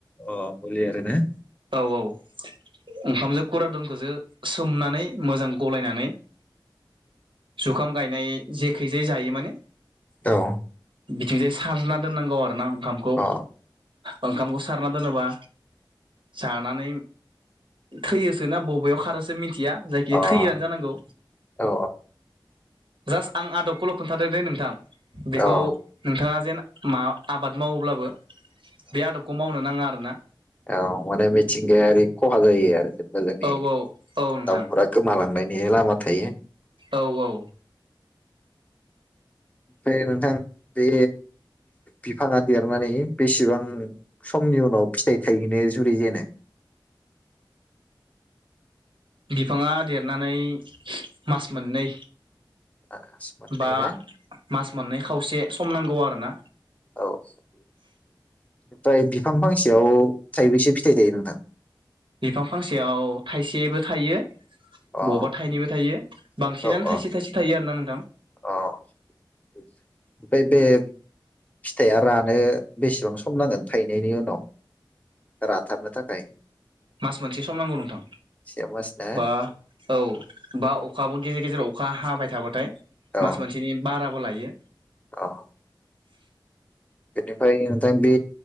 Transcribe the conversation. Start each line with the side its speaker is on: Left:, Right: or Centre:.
Left: अ मुलि आरो ना
Right: औ औ ओंखामजों कुरादनखौजो सोमनानै मोजां गलायनानै जुखाम गायनाय जेखाय जे जायो माने
Left: औ
Right: बिथिंजाय सारना दोननांगौ आरोना ओंखामखौ
Left: अ
Right: ओंखामखौ सारना दोनोबा जानानै थैयो सो ना बबेयाव खारो मिथिया जायखि
Left: अ
Right: थैयोनो जांगौ
Left: औ
Right: जास आं आदबखौल' खोन्थादों दे नोंथां बेखौ
Left: औ
Right: नोंथाङा जेन मा आबाद मावोब्लाबो बे आदबखौ मावनो नाङा आरोना
Left: अ माने मिथिंगायारि खहा जायो आरो। जोंनि
Right: औ औ औ नोंथां
Left: दाउफोरा गोमालांनायनि लामा थायो।
Right: औ औ
Left: ओमफ्राय नोंथां बे बिफाङा देरनानै बेसेबां समनि उनाव फिथाइ थायहैनो जुरि जेनो <inaudible>
Right: बिफाङा देरनानै मास मोननै
Left: मास मोननै
Right: बा
Left: ना
Right: मास मोननै खावसे सम नांगौ आरोना
Left: औ ओमफ्राय बिफां फांसेयाव थाइबैसे फिथाइ थायो नोंथां
Right: बिफां फांसेयाव थाइसेबो थायो बबावबा
Left: अ
Right: थाइनैबो थायो बांसिनानो
Left: औ
Right: थाइसे
Left: अ
Right: थाइसे थायो आरना नों
Left: अ ओमफ्राय बे फिथाइया रान नो बेसेबां सम नांगोन थायनायनि उनाव राथारनो थाखाय
Right: मास मोनसे सम नांगौ नोंथां।
Left: से मास ना
Right: बा औ बा अखाबो गेजेर गेजेर अ खा हाबाय थाबाथाय
Left: औ
Right: मास मोनसेनि बाराबो लायो।
Left: औ बेनिफ्राय नोथां बे